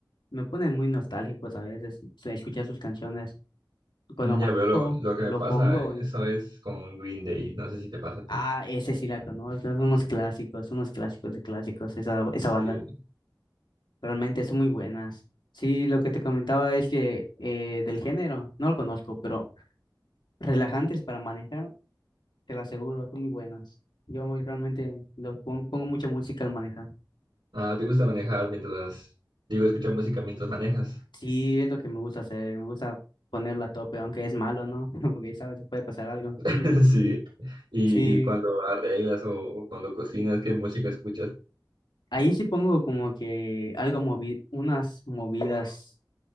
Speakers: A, on the left; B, on the right.
A: Me ponen muy nostálgicos a veces su- escuchar sus canciones. Cuando
B: Mm,
A: manejo,
B: Ya veo lo, lo que me
A: lo
B: pasa,
A: pongo
B: eh,
A: y...
B: eso es con Green Day, no sé si te pasa a ti.
A: Ah, ese sí la conozco, son unos clásicos, son unos clásicos de clásicos, esa, esa
B: Sí.
A: banda. Realmente son muy buenas. Sí, lo que te comentaba es que eh, del género, no lo conozco, pero relajantes para manejar, te lo aseguro, son muy buenas. Yo muy- realmente lo pon- pongo mucha música al manejar.
B: Ah, ¿te gusta manejar mientras, digo, escuchar música mientras manejas?
A: Sí, es lo que me gusta hacer, me gusta ponerla a tope, aunque es malo, ¿no? <laughs> Porque sabes si puede pasar algo.
B: <laughs>
A: <laughs>
B: Sí. Y,
A: Sí,
B: y cuando arreglas o, o cuando cocinas, ¿qué música escuchas?
A: ahí sí pongo como que algo movi unas movidas